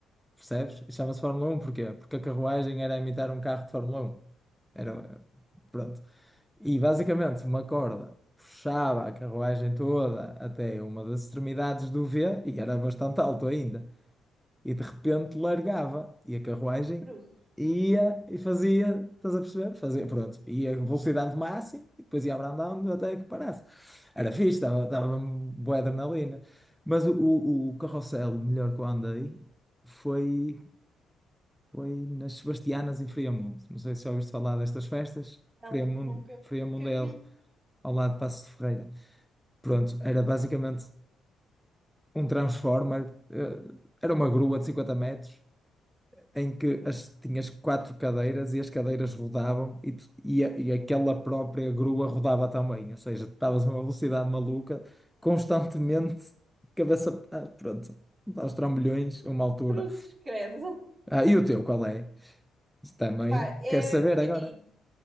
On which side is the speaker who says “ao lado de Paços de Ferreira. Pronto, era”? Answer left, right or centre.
Centre